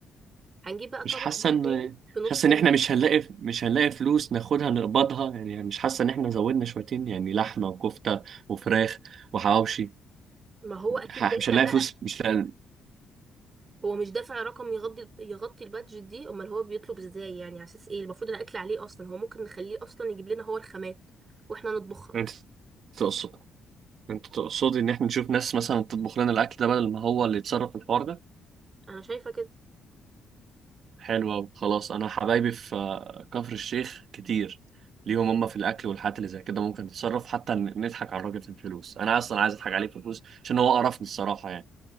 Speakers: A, on the right; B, on the right.
A: هنجيب بقى طبق
B: مش حاسه
A: بقى
B: ان
A: تاني في نص
B: مش حاسه
A: ال...
B: ان احنا مش هنلاقي مش هنلاقي فلوس ناخدها نقبضها يعني مش حاسه ان احنا زودنا شويتين يعني لحمه وكفته وفراخ وحواوشي
A: ما هو أكيد
B: ح-
A: دافع
B: مش هنلاقي
A: بقى
B: فلوس مش هنلاقي
A: هو مش دافع رقم يغطي يغطي البادجت دي امال هو بيطلب ازاي يعني على اساس ايه المفروض الاكل عليه اصلا هو ممكن نخليه اصلا يجيب لنا هو الخامات واحنا نطبخها
B: انت تقصد انت تقصدي ان احنا نشوف ناس مثلا تطبخ لنا الاكل ده بدل ما هو اللي يتصرف في الحوار ده
A: انا شايفه كده
B: حلو أوي. خلاص انا حبايبي في آه، كفر الشيخ كتير ليهم هم في الاكل والحاجات اللي زي كده ممكن نتصرف حتى ن- نضحك على الراجل في الفلوس انا اصلا عايز اضحك عليه في الفلوس عشان هو قرفني الصراحه يعني